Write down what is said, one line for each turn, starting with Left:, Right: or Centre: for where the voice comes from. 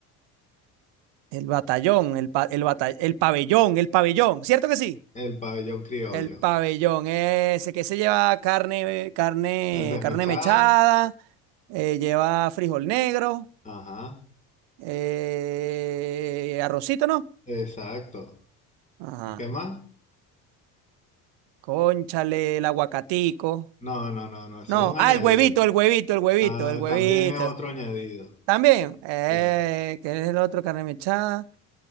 Right: El batallón, el, pa- el, bata- el pabellón, el pabellón. ¿Cierto que sí?
Left: El pabellón criollo.
Right: El pabellón, ese que se lleva carne, carne,
Left: Eh, Desmechada.
Right: carne mechada, eh, lleva frijol negro,
Left: Ajá.
Right: eh, arrocito, ¿no?
Left: Exacto.
Right: Ajá.
Left: ¿Qué más?
Right: Cónchale, el aguacatico.
Left: No, no, no, no. Eso
Right: No,
Left: es un añadido.
Right: ah, el huevito, el huevito, el huevito,
Left: Ah,
Right: el huevito.
Left: también es otro añadido.
Right: También, eh,
Left: Sí.
Right: ¿qué es el otro carne mechada?